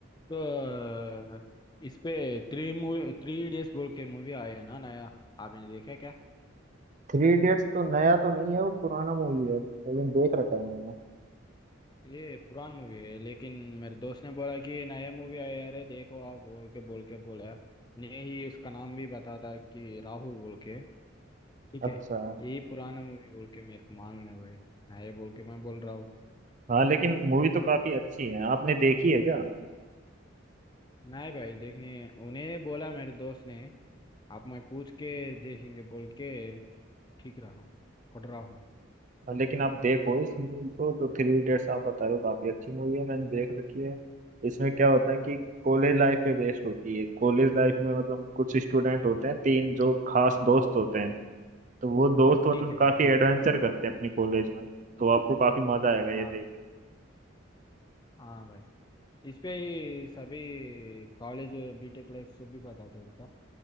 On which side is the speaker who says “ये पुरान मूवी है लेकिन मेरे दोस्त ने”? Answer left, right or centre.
Left